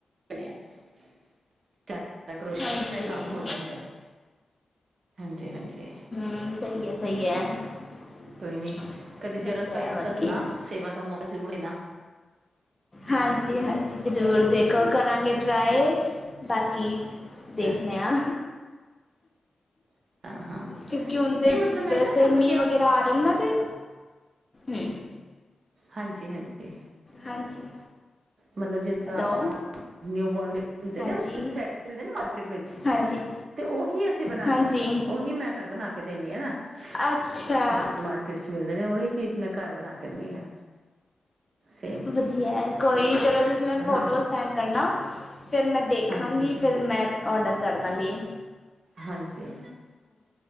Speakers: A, on the right; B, on the left.
A: ਬ <inaudible> <unintelligible> ਕਰੋਸ਼ੀਏ
B: ਹਾਂਜੀ
A: ਦਾ ਕੰਮ ਹੋ ਜਾਂਦਾ, ਹਾਂਜੀ-ਹਾਂਜੀ।
B: ਹੂੰ ਸਹੀ ਹੈ ਸਹੀ-
A: ਕੋਈ ਨੀ ਕਦੇ
B: ਵਧੀਆ
A: ਜ਼ਰੂਰਤ ਪਾਈ
B: ਹੈ
A: ਤੇ ਦੱਸਣਾ
B: ਹੋਰ ਕੀ
A: ਸੇਵਾ ਦਾ ਮੌਕਾ ਜ਼ਰੂਰ ਦੇਣਾ।
B: ਹਾਂਜੀ - ਹਾਂਜੀ ਜ਼ਰੂਰ ਦੇਖੋ ਕਰਾਂਗੇ ਟਰਾਏ ਬਾਕੀ ਦੇਖਨੇ
A: ਹਾਂ
B: ਆ।
A: ਹਾਂ, ਹਾਂ
B: ਕਿਉਂਕਿ ਹੁਣ ਤੇ
A: ਨਹੀਂ ਮਤਲਬ ਮੈਂ
B: ਵੈਸੇ
A: ਨਾ ਮਤਲਬ
B: ਮੀਂਹ
A: ਕਿ
B: ਵਗੈਰਾ ਆ ਰਹੇ ਨਾ ਤੇ ਹ।
A: ਹਾਂਜੀ-ਹਾਂਜੀ।
B: ਹਾਂਜੀ।
A: ਮਲਬ ਜਿਸ ਤਰਾਂ
B: ਹੈਲੋ
A: ਨਿਊ ਬੋਰਨ ਬੇਬੀ ਹੁੰਦੇ
B: ਹਾਂਜੀ
A: ਨਾ ਉਹ ਸੈਟ ਮਿਲਦੇ ਨਾ ਮਾਰਕੀਟ ਵਿੱਚ।
B: ਹਾਂਜੀ
A: ਤੇ ਉਹੀ ਅਸੀਂ ਬਣਾਨੇ
B: ਹਾਂਜੀ
A: ਆ ਉਹੀ ਮੈਂ ਫੇਰ ਬਨਾ ਕੇ ਦੇਨੀ ਆ ਨਾ।
B: ਅੱਛਾ
A: <inaudible> ਮਾਰਕੀਟ ਚ ਮਿਲਦੇ ਨੇ ਉਹੀ ਚੀਜ਼ ਮੈਂ ਘਰ ਬਣਾ ਕਹਿੰਣੇ ਆ ਸੇ। <inaudible>
B: ਵਧੀਆ ਕੋਈ ਚਲੋ ਤੁਸੀਂ ਮੈਨੂੰ ਫੋਟੋਸ
A: ਹਾਂ
B: ਸੈਂਡ ਕਰਨਾ ਫਿਰ ਮੈਂ ਦੇਖਾਂਗੀ
A: ਹਾਂਜੀ ਹਾਂ
B: ਫਿਰ ਮੈਂ ਔਡਰ ਕਰਦਾਂਗੇ
A: ਹਾਂਜੀ